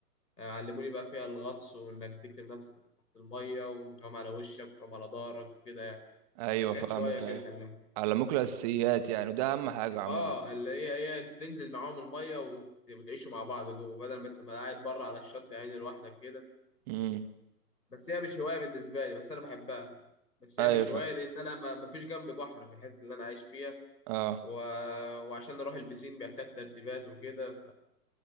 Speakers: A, on the left (about 80°); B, on the right (about 25°).
A: آه، علموني بقى فيها الغطس وانك تكتم نفسك تحت الميه وتقوم على وشك وتقوم على ظهرك وكده يعني
B: ايوه
A: حاجات
B: فاهمك
A: شويه
B: ايوه
A: كده حلوين
B: علموك الاساسيات يعني وده اهم حاجه عموما
A: اه اللي هي هي تنزل معاهم الميه وت- وتعيشوا مع بعض جوه بدل ما انت بقى قاعد بره على الشط يعني لوحدك كده
B: امم
A: بس هي مش هوايه بالنسبه لي بس انا بحبها بس
B: ايوه
A: هي مش
B: فاهم
A: هوايه لان انا ما ما فيش جنبي بحر في الحته اللي انا عايش فيها
B: اه
A: و... وعشان اروح البسين بيحتاج ترتيبات وكده